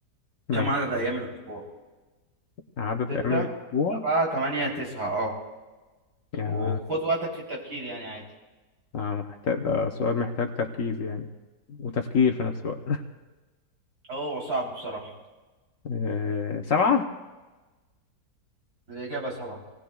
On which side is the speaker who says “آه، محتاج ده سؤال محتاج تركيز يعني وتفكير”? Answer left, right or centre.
Left